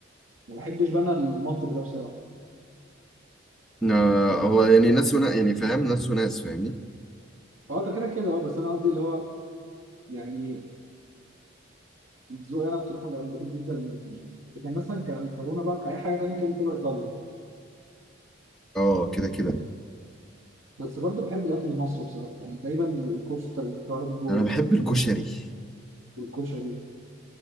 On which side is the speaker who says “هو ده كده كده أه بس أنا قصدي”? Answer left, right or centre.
Right